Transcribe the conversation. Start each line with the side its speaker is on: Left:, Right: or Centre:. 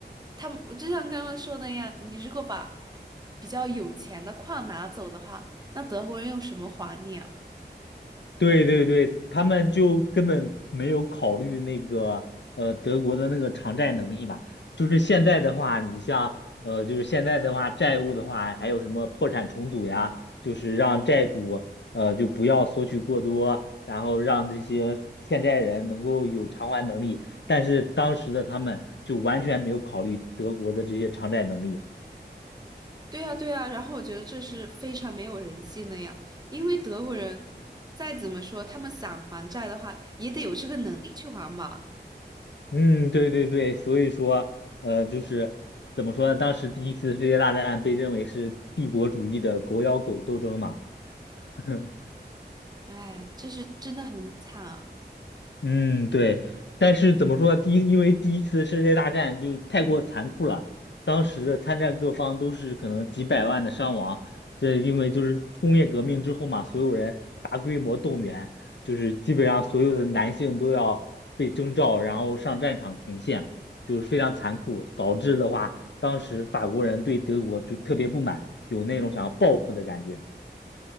Right: 他们就像刚刚说的一样，你如果把比较有钱的矿拿走的话，那德国人用什么还你啊？
Left: 对对对，他们就根本没有考虑那个呃德国的那个偿债能力吧。就是现在的话，你像呃，就是现在的话，债务的话，还有什么破产重组呀，就是让债主呃就不要索取过多，然后让这些欠债人能够有偿还能力。但是当时的他们就完全没有考虑德国的这些偿债能力。
Right: 对呀，对呀，然后我觉得这是非常没有人性的呀，因为德国人再怎么说，他们想还债的话，也得有这个能力去还嘛。
Left: 嗯，对对对，所以说，呃，就是怎么说呢？当时第一次世界大战被认为是帝国主义的狗咬狗斗争嘛。<laughs>
Right: 哎，这是真的很惨，
Left: 嗯，对，但是怎么说呢？第一，因为第一次世界大战就太过残酷了，当时的参战各方都是可能几百万的伤亡。这因为就是工业革命之后嘛，所有人大规模动员，就是基本上所有的男性都要被征召，然后上战场前线，就是非常残酷，导致的话，当时法国人对德国就特别不满，有那种想要报复的感觉。